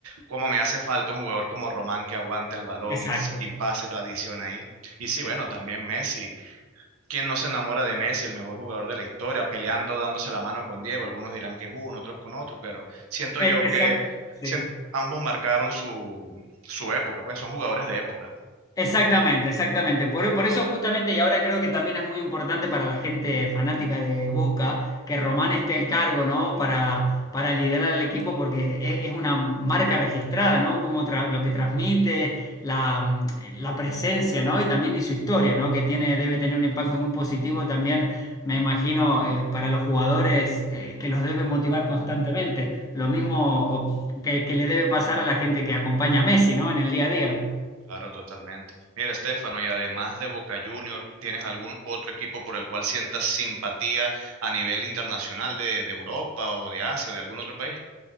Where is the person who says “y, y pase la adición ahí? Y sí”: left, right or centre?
Right